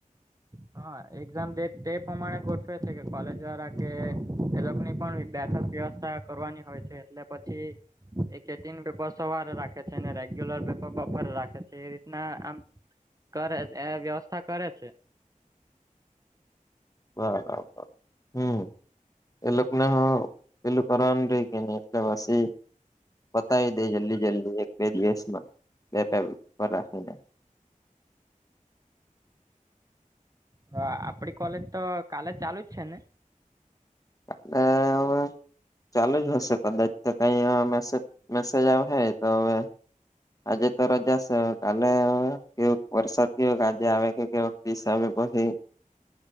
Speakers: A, on the right; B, on the left.
A: હા, એક્ઝામે તે પ્રમાણે ગોઠવે છે, કે કોલેજ વાળા કે એ લોકોની પણ બેઠક વ્યવસ્થા કરવાની હોય છે એટલે પછી એક ટિન વપર સવારે રાખે છે. લ પેપરપર રાખે છે એ રીતના આમ કરે એ વ્યવસ્થા કરે છે.
B: બરાબર હમ્મ એ લોકોક ના હ પે કર રે કે એટલાવાસી બતાવી દે જલ્દી જલ્દી એક બે દિવસમાં બે પે ઉપ રાખી દે
A: હ આપડી કોલેજ તો કાલે જ ચાલુ જ છે ને
B: હ હવે <unintelligible> ચાલુ જ હશે કદાચ કઈ મેસેજ મેસેજ આવે હ તો હવે આજે તો રજા છે કાલે કેવ વરસાદ કેવો આજે આવે કે કે પીસ આવે પછી.
A: <inaudible>